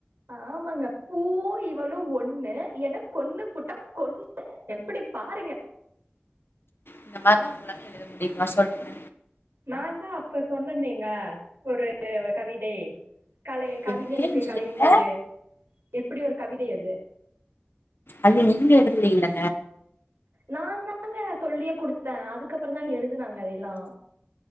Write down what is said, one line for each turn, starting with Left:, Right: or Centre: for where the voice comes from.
Right: ஆமாங்க பூ இவளோ ஒண்ணு ஏன்னா கொண்ணு புட்டா கொண்ணு எப்படி பாருங்க
Left: இந்த மாதிரிலாம் உங்களாலா எழுத முடியுமா சொல்லுங்க
Right: நான் தான் அப்ப சொன்னேங்க ஒரு கவிதை கலை கவிஞனுக்கு
Left: பெண்ணே நீ
Right: கலையின்
Left: என்ன
Right: மீது எப்படி ஒரு கவிதை அது
Left: அது நீங்க எழுத இல்லீங்க
Right: நான் தாங்க சொல்லியே குடுத்தேன் அதுக்கப்புறம் தாங்க எழுதுனாங்க அதெ எல்லாம்